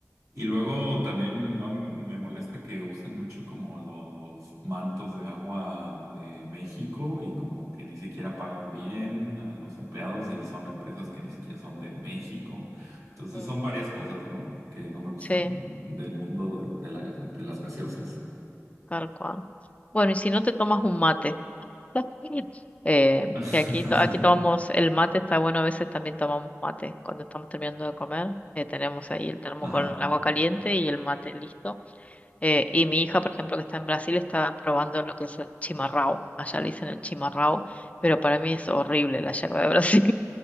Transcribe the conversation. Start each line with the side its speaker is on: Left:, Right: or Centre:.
Right: y luego también no me molesta que usan mucho como los mantos de agua de México y como que ni siquiera pagan bien a los empleados y son empresas que ni siquiera son de México. Entonces
Left: Mm.
Right: son varias cosas, ¿no? Que no me gustan
Left: sí,
Right: del mundo de, de la- de las gaseosas.
Left: tal cual. Bueno, y si no te tomas un mate, <laughs> eh, que
Right: <laughs>
Left: aquí, to- aquí tomamos el mate, está bueno, a veces también tomamos mate. Cuando estamos terminando de comer, eh, tenemos ahí el termo
Right: Ajá.
Left: con el agua caliente y el mate listo. Eh, y mi hija, por ejemplo, que está en Brasil, está probando lo que es el chimarrao. Allá le dicen el chimarrao, pero para mí es horrible la yerba de <laughs> Brasil.